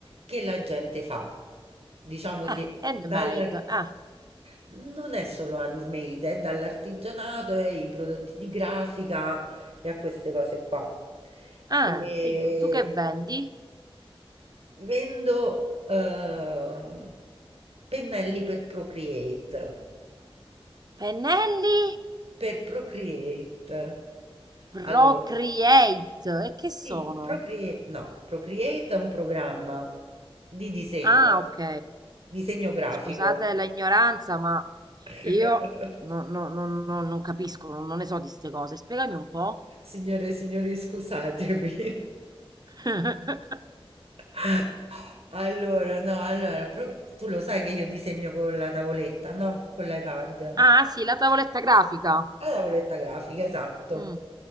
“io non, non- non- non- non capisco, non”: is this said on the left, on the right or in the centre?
Right